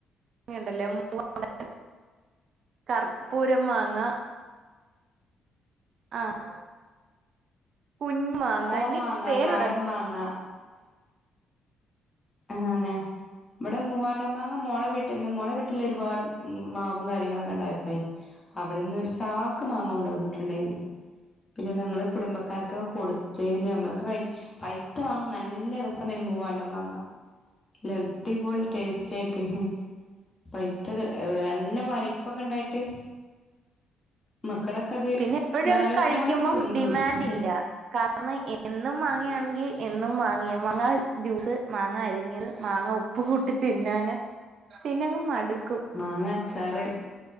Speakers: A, on the right; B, on the left.
A: ങ്ങ ണ്ടല്ലേ മൂവാണ്ടൻ, കർപ്പൂര മാങ്ങ ആഹ് <unintelligible> മാങ്ങ
B: കോമാങ്ങ
A: അതിനൊക്കെ പേരു
B: നാടൻ മാങ്ങ <unintelligible> ഇവിടെ മൂവാണ്ടൻമാങ്ങ മോളെ വീട്ടിന്ന് മോളെ വീട്ടിൽ ഒരുപാട് ഉം മാവും കാര്യങ്ങളൊക്കെ ഉണ്ടായപ്പോഴെ അവിടുന്ന് ഒരു ചാക്ക് മാങ്ങ കൊണ്ടു വന്നിട്ടുണ്ടായിരുന്നു പിന്നെ ഞങ്ങള് കുടുംബക്കാർക്ക് കൊടു ത്ത് നമ്മളൊക്കെ കഴിച്ച് പഴുത്ത മാങ്ങ നല്ല രസം ഉണ്ടായിനി മൂവാണ്ടൻ മാങ്ങ. നല്ല അടിപൊളി ടേസ്റ്റായിട്ട് പഴുത്തത് നല്ല വലിപ്പ പ്പക്കെ ഉണ്ടായിട്ട്- മക്കളൊക്കെ അത്
A: പിന്നെ എപ്പോഴും
B: നാല്ദിവസം
A: അങ്ങ് കഴിക്കുമ്പം
B: കൊണ്ട് തന്നെ തിന്ന്
A: ഡിമാൻഡ്
B: തീർത്തു.
A: ഇല്ല കാരണം എന്നും മാങ്ങയാണെങ്കിൽ എന്നും മാങ്ങയാ. മാങ്ങ ജ്യൂസ്, മാങ്ങ അരിഞ്ഞത്, മാങ്ങ ഉ ഉപ്പ്കൂട്ടി തിന്നാന് പിന്നങ്ങ് മടുക്കും.
B: മാങ്ങ അച്ചാറ്,